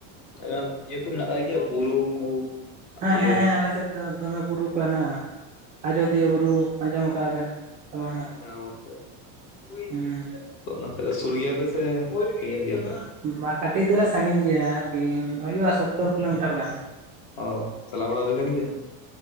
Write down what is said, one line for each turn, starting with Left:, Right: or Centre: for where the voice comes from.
Left: ᱩᱸ ᱤᱭᱟᱹ ᱠᱚ ᱢᱮᱱᱟᱜ ᱟᱠᱟᱫ ᱜᱮᱭᱟ ᱵᱩᱨᱩ ᱠᱩ
Right: ᱦᱮᱸ
Left: ᱤᱭᱟᱹ᱾
Right: ᱦᱮᱸ ᱦᱮᱸ ᱟᱞᱮ ᱥᱮᱫ ᱫᱚ ᱫᱚᱢᱮ ᱵᱩᱨᱩ ᱠᱚ ᱦᱮᱱᱟᱜᱼᱟ, ᱟᱡᱳᱚᱫᱤᱭᱟᱹ ᱵᱩᱨᱩ ᱟᱸᱡᱚᱢ ᱟᱠᱟᱜᱼᱟ ᱵᱮᱱ? ᱥᱮ ᱵᱟᱝᱟ
Left: ᱦᱮᱸ ᱦᱮᱸ ᱚᱵᱚᱥ ᱥᱚᱭ᱾
Right: ᱦᱩᱸ
Left: ᱛᱚ ᱚᱱᱟ ᱠᱷᱚᱱ ᱫᱚ ᱥᱩᱨ ᱜᱮᱭᱟ ᱯᱮ ᱥᱮ ᱥᱟᱺᱜᱤᱧ ᱜᱮᱭᱟ ᱯᱮ?
Right: ᱢᱟ ᱠᱟᱹᱴᱤᱡ ᱫᱚᱞᱮ ᱥᱟᱺᱜᱤᱧ ᱜᱮᱭᱟ, ᱦᱳᱭᱳᱜ-ᱟ ᱥᱳᱛᱛᱳᱨ ᱠᱤᱞᱳᱢᱤᱴᱟᱨ ᱜᱟᱱ ᱾
Left: ᱚ ᱪᱟᱞᱟ ᱵᱟᱲᱟ ᱦᱩᱭ ᱠᱟᱱ ᱜᱮᱭᱟ?